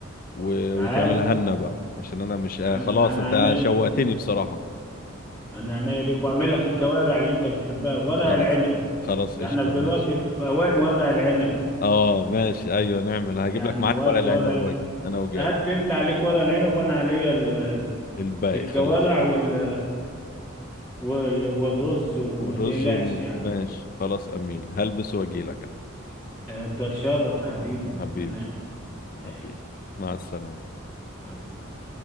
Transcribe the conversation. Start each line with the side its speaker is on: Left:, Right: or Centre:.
Left: و...
Centre: تعال
Left: وتعملها لنا بقى عشان انا مش آه
Centre: انا
Left: خلاص
Centre: انا
Left: انت
Centre: عينيا
Left: شوقتني بصراحة
Centre: انا عينيا ليك واعمل لك الكوارع اللي انت بتحبها ورق
Left: خلاص
Centre: العنب
Left: خلاص قشطة
Centre: احنا في دلوقتي
Left: ماشي
Centre: في اوان ورق العنب
Left: اه ماشي ايوه نعمل هجيب
Centre: يعني
Left: لك معايا
Centre: وقت
Left: ورق العنب
Centre: ورق ال-
Left: واجي انا وجاي
Centre: هات لي انت عليك ورق العنب وانا عليا ال...
Left: الباقي
Centre: الكوارع
Left: خلاص
Centre: وال... وال... والرز وما
Left: والرز
Centre: تقلقش
Left: والم...
Centre: يعني
Left: ماشي خلاص امين هلبس واجيلك انا
Centre: انت تشرف يا حبيبي
Left: حبيبي
Centre: ربنا يخليك تعيش
Left: حبيبي مع السلامة
Centre: مع السلامة